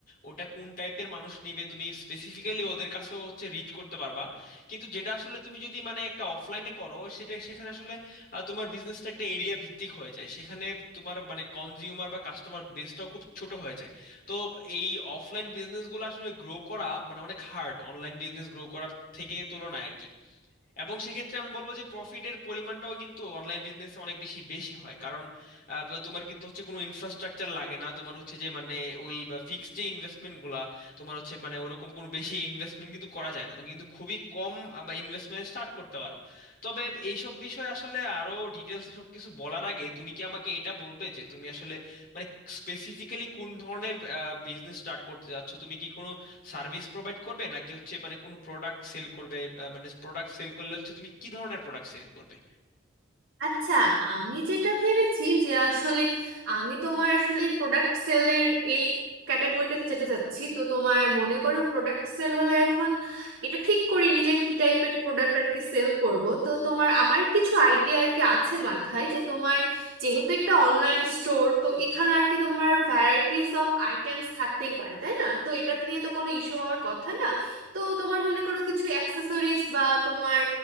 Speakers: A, on the left (about 45°); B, on the right (about 80°).
A: ওটা কোন টাইপের মানুষ নেবে তুমি স্পেসিফিক্যালি ওদের কাছেও হচ্ছে রিচ করতে পারবা কিন্তু যেটা আসলে তুমি যদি মানে একটা অফলাইনে করো সেটা সেখানে আসলে আহ, তোমার বিজনেসটা একটা এরিয়া ভিত্তিক হয়ে যায় সেখানে তোমার মানে কনজিউমার বা কাস্টমার বেসটাও খুব ছোট হয়ে যায় তো এই অফলাইন বিজনেসগুলো আসলে গ্রো করা মানে অনেক হার্ড অনলাইন বিজনেস গ্রো করার থেকে তুলনায় আর কি এবং সেক্ষেত্রে আমি বলবো যে প্রফিটের পরিমাণটাও কিন্তু অনলাইন বিজনেসে অনেক বেশি বেশি হয় কারণ আহ, ব- তোমার কিন্তু হচ্ছে কোনো ইনফ্রাস্ট্রাকচার লাগে না তোমার হচ্ছে যে মানে ওই ফিক্সড যে ইনভেস্টমেন্ট গুলা তোমার হচ্ছে মানে ওরকম কোনো বেশি ইনভেস্টমেন্ট কিন্তু করা যায় না তুমি কিন্তু খুবই কম ইনভেস্টমেন্ট স্টার্ট করতে পারো তবে এইসব বিষয়ে আসলে আরো ডিটেলসে সবকিছু বলার আগে তুমি কি আমাকে এটা বলবে যে তুমি আসলে মানে স্পেসিফিক্যালি কোন ধরনের বিজনেস স্টার্ট করতে যাচ্ছ তুমি কি কোনো সার্ভিস প্রোভাইড করবে নাকি হচ্ছে মানে কোনো প্রোডাক্ট সেল করবে আহ, মানে প্রোডাক্ট সেল করলে হচ্ছে তুমি কি ধরনের প্রোডাক্ট সেল করবে
B: আচ্ছা আমি যেটা ভেবেছি যে আসলে আমি তোমার আসলে প্রোডাক্ট সেলের এই ক্যাটাগরিটা যেতে চাচ্ছি তো তোমার মনে করো প্রোডাক্ট সেল হলে এখন এটা ঠিক করিনি যে কি টাইপের প্রোডাক্ট আর কি সেল করব তো তোমার আমার কিছু আইডিয়া আর কি আছে মাথায় যে তোমার যেহেতু একটা অনলাইন স্টোর তো এখানে আর কি তোমার ভ্যারাইটিস অফ আইটেমস থাকতেই পারে তাই না তো এটা নিয়ে তো কোনো ইস্যু হওয়ার কথা না তো তোমার মনে করো কিছু অ্যাক্সেসরিজ বা তোমার